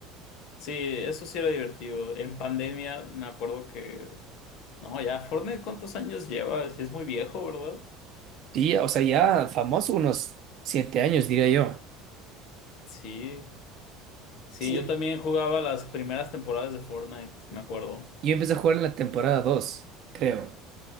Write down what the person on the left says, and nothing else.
Sí, eso sí era divertido. En pandemia me acuerdo que. No, ya, Fortnite, ¿cuántos años lleva? Sí, Es muy viejo, ¿verdad?
Sí. Sí,
yo también jugaba las primeras temporadas de Fortnite, me acuerdo.